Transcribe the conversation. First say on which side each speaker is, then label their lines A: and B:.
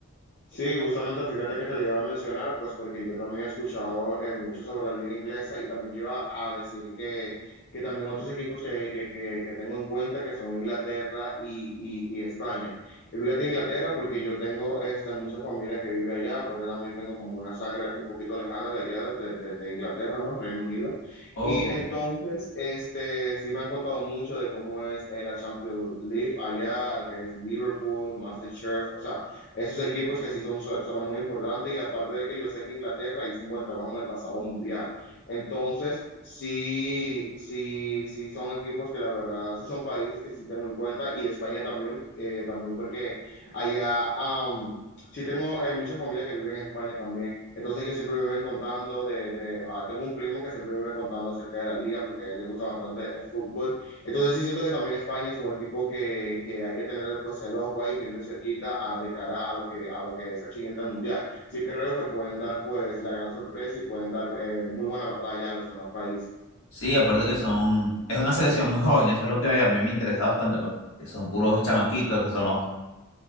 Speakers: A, on the left; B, on the left.
A: Sí, justamente fíjate que te lo iba a mencionar, pues porque yo también he escuchado eh, mucho sobre la liga inglesa y también te iba a decir que, que también otros equipos que, que, que, que tengo en cuenta que son Inglaterra y, y, y España. Y fíjate Inglaterra porque yo tengo este, mucha familia que vive allá, aparte también tengo como una sangre un poquito lejana de allá, de, de, de Inglaterra, ¿no? Reino Unido.
B: Ok.
A: Y entonces, este, sí me han contado mucho de cómo es eh, la Champions League allá, lo que es Liverpool, MasterChef, o sea esos equipos que sí son, son muy importantes y aparte de que yo sé que Inglaterra hizo un buen trabajo en el pasado mundial. Entonces, sí, sí, sí son equipos que la verdad, sí son países que sí tengo en cuenta y España también, eh, también porque allá... Um, sí tengo eh, mucha familia que vive en España también, entonces ellos siempre me ven contando de, de ah, tengo un primo que siempre me vive contando acerca de la liga porque a él le gusta bastante el fútbol entonces sí siento que también España es un equipo que, que hay que tenerle pues el ojo ahí bien de cerquita a- de cara a lo que, a lo que es el siguiente mundial. Sí creo que pueden dar pues la gran sorpresa y pueden dar eh, muy buena batalla a los demás países.
B: Sí, aparte que son, es una selección muy joven, eso es lo que a mí me interesa bastante, pues, que son puros chamaquitos, que son los,